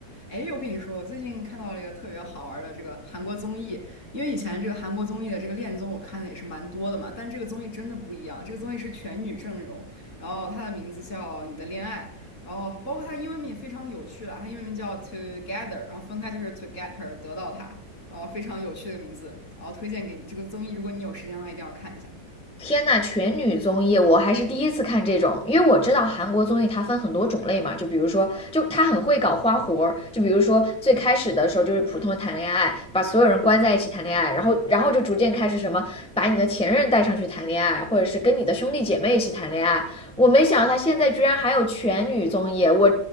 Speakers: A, on the left; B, in the centre.
A: 哎，我跟你说，我最近看到了一个特别好玩儿的这个韩国综艺，因为以前这个韩国综艺的这个恋综我看的也是蛮多的嘛，但这个综艺真的不一样，这个综艺是全女阵容，然后它的名字叫《你的恋爱》，然后包括它英文名也非常的有趣啦，它英文名叫 Together，然后分开就是 To Get Her，得到它，然后非常有趣的一个名字，然后推荐给你，这个综艺如果你有时间的话一定要看一下。
B: 天呐，全女综艺我还是第一次看这种，因为我知道韩国综艺它分很多种类嘛，就比如说，就它很会搞花活儿，就比如说最开始的时候就是普通谈恋爱，把所有人关在一起谈恋爱，然后然后就逐渐开始什么把你的前任带上去谈恋爱，或者是跟你的兄弟姐妹一起谈恋爱。我没想到他现在居然还有全女综艺，我